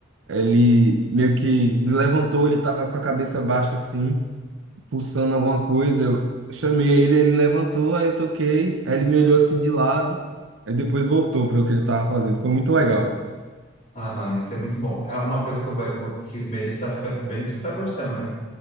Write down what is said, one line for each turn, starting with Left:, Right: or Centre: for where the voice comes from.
Right: Ele meio que me levantou, ele estava com a cabeça baixa assim fuçando alguma coisa. Eu chamei ele, ele levantou, aí eu toquei, aí ele me olhou assim de lado, aí depois voltou para o que ele estava fazendo. Foi muito legal.
Left: Ah, mano, isso é muito bom. É uma coisa que o, Be- que o Benício tá ficando, o Benício que tá gostando, né?